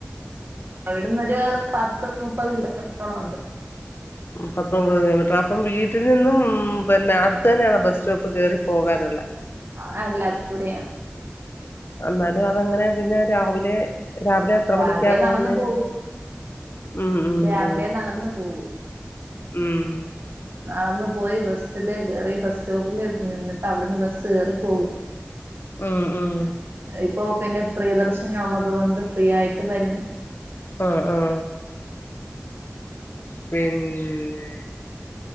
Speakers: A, on the right; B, on the left.
A: അവിടുന്ന്രുരു പത്ത് മുപ്പത് കിലോമീറ്ററോളം ഉണ്ട്
B: പത്തൊൻമ്പത് കിലോമീറ്റർ അപ്പം വീട്ടിൽ നിന്നും പിന്നെ അടുത്ത തന്നെയാണോ ബസ് സ്റ്റോപ്പ് കേറി പോകാനുള്ളേ
A: അ അല്ല ദൂരെയാണ്.
B: എന്നാലും അതങ്ങനെ പിന്നെ രാവിലെ രാവിലെ എത്ര
A: രാവിലെ
B: മണിക്കാ പോകുന്നേ
A: നടന്നു പോകും
B: ഉം ഉം
A: രാവിലെ
B: ഉം
A: നടന്ന് പോകു.
B: ഉം
A: നടന്നു പോയി ബസ്സില് കേറി ബസ് സ്റ്റോപ്പിൽ നിന്നിട്ട് അവിടുന്ന് ബസ്സ് കേറി പോകും
B: ഉം ഉം
A: ഇപ്പോ പിന്നെ പ്രിയദർശിനി ഉള്ളത് കൊണ്ട് ഫ്രീ ആയിട്ട് വരുന്നു
B: ആഹ് ആഹ് പിന്നെ.